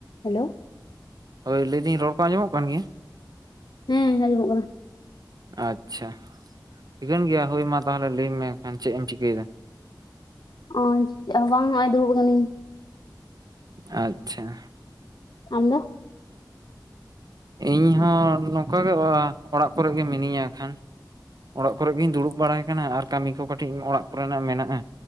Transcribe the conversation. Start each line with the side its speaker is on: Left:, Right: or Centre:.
Left: Hello.
Right: ᱦᱳᱭ, ᱞᱟᱹᱭᱫᱟᱹᱧ ᱨᱚᱲ ᱠᱚ ᱟᱸᱡᱚᱢᱚᱜ ᱠᱟᱱ ᱜᱮᱭᱟ?
Left: ᱦᱮᱸ, ᱟᱸᱡᱚᱢᱚᱜ ᱠᱟᱱᱟ ᱾
Right: ᱟᱪ-ᱪᱷᱟ, ᱴᱷᱤᱠᱟᱹᱱ ᱜᱮᱭᱟ ᱦᱳᱭ ᱢᱟ ᱛᱟᱦᱚᱞᱮ ᱞᱟᱹᱭ ᱢᱮ ᱠᱷᱟᱱ ᱪᱮᱜ ᱮᱢ ᱪᱤᱠᱟᱹᱭᱮᱫᱟ?
Left: ᱚᱸᱪ, ᱪᱮᱫ ᱦᱚᱸ ᱵᱟᱝ ᱦᱚᱸᱜ-ᱚᱸᱭ ᱫᱩᱲᱩᱵ ᱟᱠᱟᱹᱱᱟᱧ ᱾
Right: ᱟᱪ-ᱪᱷᱟ ᱾
Left: ᱟᱢ ᱫᱚ?
Right: ᱤᱧ ᱦᱚᱸ ᱱᱚᱝᱠᱟ ᱜᱮ ᱚ-ᱟᱜ ᱚᱲᱟᱜ ᱠᱚᱨᱮ ᱜᱮ ᱢᱤᱱᱟᱹᱧᱟ ᱦᱟᱸᱠᱷᱟᱱ ᱾ ᱚᱲᱟᱜ ᱠᱚᱨᱮ ᱜᱤᱧ ᱫᱩᱲᱩᱵ ᱵᱟᱲᱟᱭ ᱠᱟᱱᱟ ᱟᱨ ᱠᱟᱹᱢᱤ ᱠᱚ ᱠᱟᱹᱴᱤᱡ ᱚᱲᱟᱜ ᱠᱚᱨᱮᱱᱟᱜ ᱢᱮᱱᱟᱜᱼᱟ